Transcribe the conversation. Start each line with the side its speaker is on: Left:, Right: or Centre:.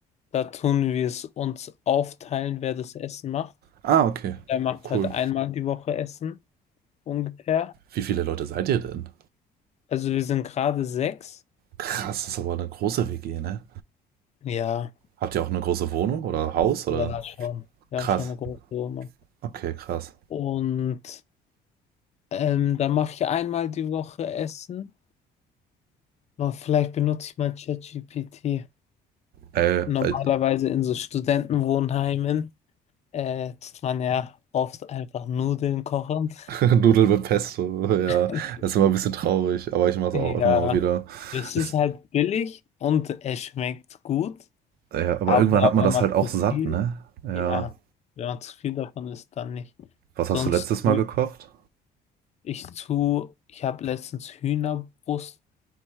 Left: da tun wir es uns aufteilen, wer das Essen macht.
Right: Ah, okay.
Left: Der macht
Right: Cool.
Left: halt einmal die Woche Essen, ungefähr.
Right: Wie viele Leute seid ihr denn?
Left: Also wir sind gerade sechs.
Right: Krass, das ist aber eine große WG, ne?
Left: Ja,
Right: Habt ihr auch eine große Wohnung oder Haus oder?
Left: ja, schon. Wir
Right: Krass.
Left: haben schon eine große Wohnung.
Right: Okay, krass.
Left: Und ähm, dann mache ich einmal die Woche Essen. Aber vielleicht benutze ich mal ChatGPT.
Right: Ey,
Left: Normalerweise
Right: alt-
Left: in so Studentenwohnheimen äh, tut man ja oft einfach Nudeln kochen.
Right: <laughs> Nudeln mit Pesto, ja.
Left: <laughs>
Right: Das ist immer ein bisschen traurig, aber ich mache es
Left: Ja,
Right: auch immer mal wieder.
Left: das
Right: Ist,
Left: ist halt billig und es schmeckt gut.
Right: Ja, aber
Left: Aber
Right: irgendwann hat man
Left: wenn
Right: das
Left: man
Right: halt auch
Left: zu
Right: satt,
Left: viel,
Right: ne? Ja.
Left: ja, wenn man zu viel davon isst, dann nicht.
Right: Was
Left: Sonst
Right: hast du letztes Mal
Left: tue
Right: gekocht?
Left: ich, ich zu, ich habe letztens Hühnerbrust